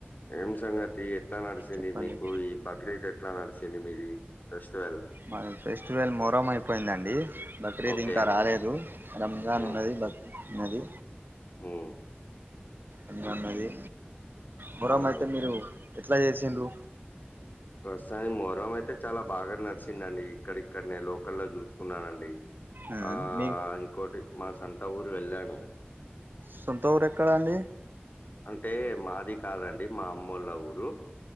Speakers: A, on the left; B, on the right.
A: ఏం సంగతి ఎట్లా నడిసింది
B: చెప్పండి
A: మీకు, ఈ బక్రీద్ ఎట్ ట్లా నడిచింది మీది ఫెస్టివల్?
B: మాది ఫెస్టివల్ మోహారం అయిపోయిందండి, బక్రీద్
A: ఓకే
B: ఇంకా రాలేదు. రంజాన్
A: ఉమ్
B: ఉన్నది, బక్రీద్ ఉన్నది
A: ఉమ్
B: అన్ని ఉన్నది, మొహరం
A: ఆహా
B: అయితే మీరు ఎట్లా చేసిండ్రు?
A: ప్రస్తుతానికి మోరం అయితే చాలా బాగా నడిసిందండి, ఇక్కడిక్కడనే లోకల్లో చూసుకున్నానండి.
B: ఉమ్
A: ఆ
B: మీ
A: ఇంకోటి మా సంత ఊరు వెళ్ళాను.
B: సొంత ఊరు ఎక్కడా అండి?
A: అంటే మాది కాదండి మా అమ్మోళ్ళ ఊరు.